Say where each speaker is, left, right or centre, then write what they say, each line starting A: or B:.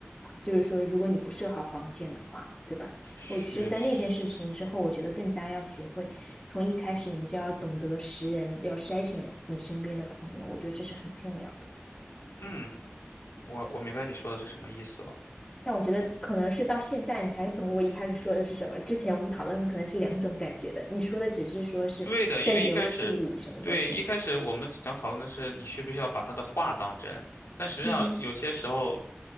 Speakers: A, on the left; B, on the left.
A: 就是说，如果你不设好防线的话，对吧？
B: 确实，
A: 我是在那件事情之后，我觉得更加要学会从一开始你就要懂得识人，要筛选你身边的朋友，我觉得这是很重要的。
B: 嗯，我我明白你说的是什么意思了。
A: 但我觉得可能是到现在你才懂我一开始说的是什么。之前我们讨论的可能是两种感觉的，你说的只是说是在游戏里什么的性格，
B: 对的，因为一开始，对，一开始我们想讨论的是你需不需要把他的话当真，但实际上有些时候
A: 嗯